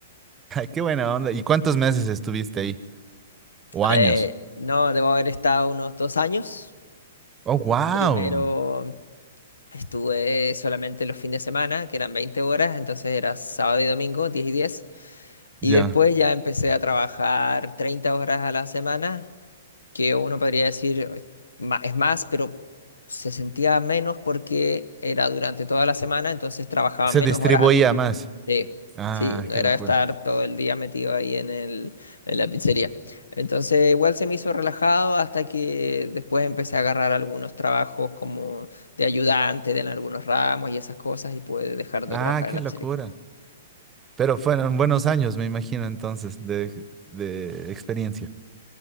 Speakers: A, on the right; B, on the left.
A: Qué buena onda. ¿Y cuántos meses estuviste ahí? ¿O años?
B: Eh, no, debo haber estado unos dos años.
A: Oh, wow.
B: Primero Estuve solamente los fines de semana, que eran 20 horas, entonces era sábado y domingo, diez y diez Y
A: Ya.
B: después ya empecé a trabajar 30 horas a la semana que uno podría decir "Ma- es más, pero se sentía menos porque era durante toda la semana, entonces trabajaba
A: Se
B: menos
A: distribuía
B: horas al día.
A: más.
B: Sí,
A: Ah,
B: sí, no
A: qué
B: era
A: locura.
B: estar todo el día metido ahí en el, en la pizzería. Entonces igual se me hizo relajado hasta que después empecé a agarrar algunos trabajos como de ayudante en algunos ramos y esas cosas y pude dejar de
A: Ah,
B: trabajar
A: qué
B: en la
A: locura.
B: pizzería.
A: Pero fueron buenos años, me imagino, entonces, de, de experiencia.